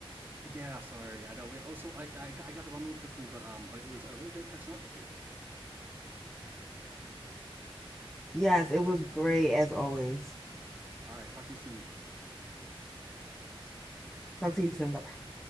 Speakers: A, on the right (about 20°); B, in the centre.
A: yeah, sorry. I know. We, oh, so I, I I gotta run real quickly, but um, but it was a really great catching up with you.
B: Yes, it was great as always.
A: All right, talk to you soon.
B: Talk to you soon. Bye.